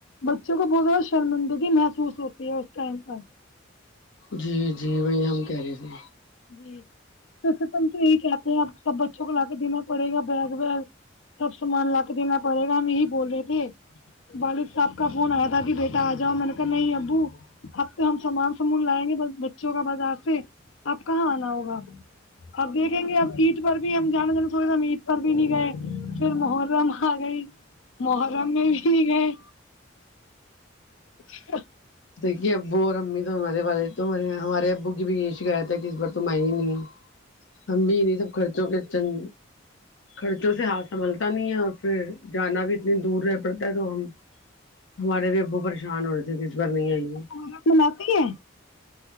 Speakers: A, on the left; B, on the left.
A: بچوں کو بہت زیادہ شرمندگی محسوس ہوتی ہے اس ٹائم پر
B: جی جی وہی ہم کہہ رہے تھے
A: جی تو تم تو یہی کہتے ہیں آپ سب بچوں کو لا کے دینا پڑے گا بیگ ویگ سب سامان لا کے دینا پڑے گا ہم یہی بول رہے تھے والد صاحب کا فون آیا تھا کہ بیٹا آ جاؤ میں نے کہا نہیں ابو اب تو ہم سامان سمون لائیں گے بس بچوں کا بازار سے آپ کہاں آنا ہوگا اب دیکھیں گے اب عید پر بھی ہم جانا جانا تھوڑے سا ہم عید پر بھی نہیں گئے پھر محرم آ گئی محرم میں بھی نہیں گئے <inaudible>
B: دیکھیے ابو اور امی تو ہمارے والے تو ہمار ہمارے ابو کی بھی یہی شکایت ہے کہ اس بار تم آئی ہی نہیں ہم بھی انہی سب خرچوں کے چند خرچوں سے ہاتھ سنبھلتا نہیں ہے اور پھر جانا بھی اتنی دور رہ پڑتا ہے تو ہم ہمارے بھی ابو پریشان ہو رہے تھے کی اس بار نہیں آئی ہے
A: محرم مناتی ہے